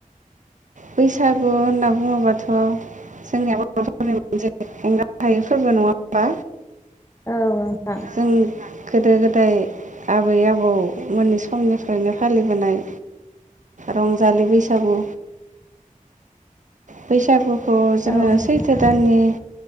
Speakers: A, on the right; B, on the left.
A: बैसागु होनना बुङोबाथ' जोंनिया बर'फोरनि मोनसेे एंगार हायै फोरबो नङा होमबा
B: औ नोंथां
A: जों गोदो गोद नाथाय आबै आबौ मोनै समनिफ्रायनो फालिबोनाय रंजालि बैसागु बैसागु खौ जोङो
B: औ नोंथां
A: सैथो दाननि